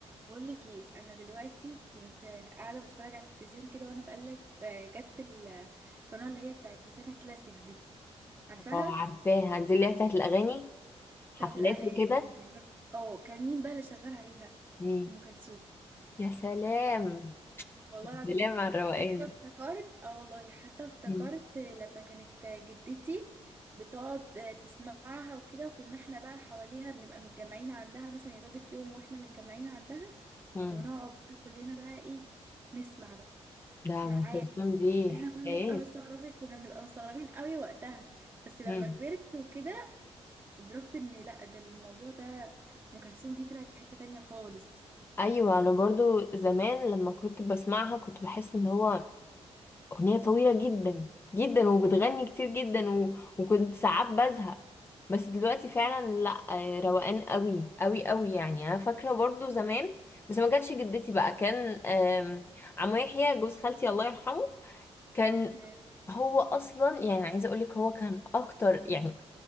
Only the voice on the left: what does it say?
اه عارفاها دي اللي هي بتاعت الأغاني
حفلات
وكده
مين
يا سلام
يا
سلام على الروقان
مم.
مم.
ده
أم كلثوم دي
حكايات
مم.
أيوة أنا برضو زمان لما كنت بسمعها كنت بحس إن هو أغنية طويلة جدا جدا وبتغني كتير جدا و... وكنت ساعات بزهق بس دلوقتي فعلا لا آه، روقان قوي قوي قوي يعني انا فاكره برضو زمان بس ما كانش جدتي بقى كان آم، عمو يحيى جوز خالتي الله يرحمه كان
هو اصلا يعني عايزه اقول لك هو كان اكتر يعني